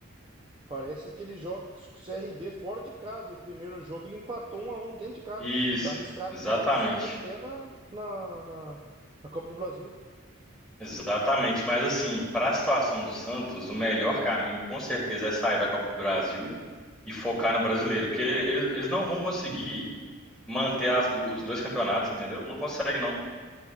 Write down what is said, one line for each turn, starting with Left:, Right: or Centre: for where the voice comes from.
Right: Parece que ele joga com o CRB fora de casa. E o primeiro jogo ele empatou um a um dentro de casa.
Centre: Isso,
Right: E tá arriscado
Centre: exatamente.
Right: então de sair até na, na, na, na Copa do Brasil.
Centre: Exatamente, mas assim, para a situação do Santos, o melhor caminho com certeza é sair da Copa do Brasil e focar no brasileiro, porque eles, eles não vão conseguir manter as du- os dois campeonatos, entendeu? Não consegue, não.